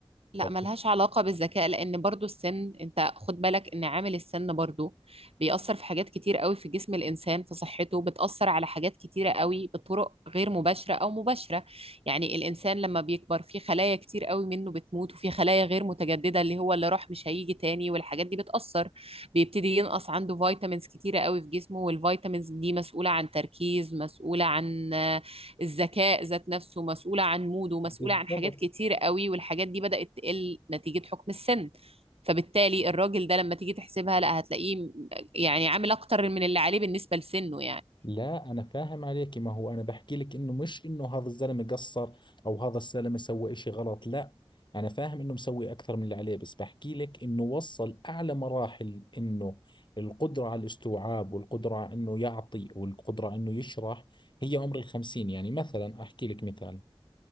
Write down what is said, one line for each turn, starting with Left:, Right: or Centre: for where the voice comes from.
Right: لا
Left: فبتحكي
Right: ملهاش علاقة بالذكاء لأن برضو السن أنت خد بالك إن عامل السن برضو بيأثر في حاجات كتير قوي في جسم الإنسان في صحته بتأثر على حاجات كتيرة قوي بطرق غير مباشرة أو مباشرة يعني الإنسان لما بيكبر في خلايا كتير قوي منه بتموت وفي خلايا غير متجددة اللي هو اللي راح مش هيجي تاني والحاجات دي بتأثر بيبتدي ينقص عنده فيتامينز كتيرة قوي في جسمه والفيتامينز دي مسؤولة عن تركيز مسؤولة عن الذكاء ذات نفسه مسؤولة عن موده مسؤولة
Left: بالضبط
Right: عن حاجات كتير قوي والحاجات دي بدأت تقل نتيجة حكم السن فبالتالي الراجل ده لما تيجي تحسبها لا هتلاقيه م- يعني عامل أكتر من اللي عليه بالنسبة لسنه يعني
Left: لا أنا فاهم عليك ما هو أنا بحكي لك إنه مش إنه هذا الزلمة قصر أو هذا الزلمة سوى إشي غلط لا أنا فاهم إنه مسوي أكثر من اللي عليه بس بحكي لك إنه وصل أعلى مراحل إنه القدرة على الاستوعاب والقدرة على إنه يعطي والقدرة على إنه يشرح هي عمر الخمسين يعني مثلا أحكي لك مثال